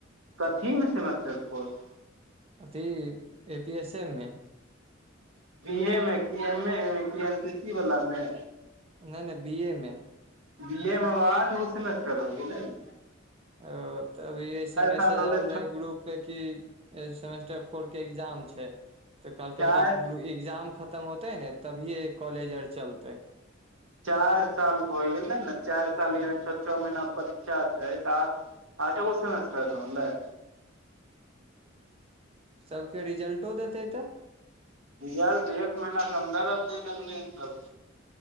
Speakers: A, on the right (about 80°); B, on the right (about 30°).
A: कथी मे सेमेस्टर फोर?
B: अथी ए पी एस एम मे।
A: बी ए मे, की एम ए मे, की एन सी सी बला मे?
B: नै नै बी ए मे।
A: बी ए मे आब आठगो सेमेस्टर होय गेलै नै।
B: ओ तऽ अभी ऐसे मेसेज
A: साल होलै
B: ऐल रहे ग्रुप से की ए सेमेस्टर फोर के एग्जाम छैय तऽ कहलकै
A: चारि
B: की गूरू एग्जाम ख खत्म होते नै तभीये कॉलेज आर चलतै
A: चार साल के होइ गेलै नै चारि साल यानि छ छ महीना परीक्षा छै तऽ आठ आठेगो सेमेस्टर नै होलय।
B: सबके रिजल्टो देतय तै?
A: रिजल्ट एक महिनके अन्दर एतेय की अगले साल।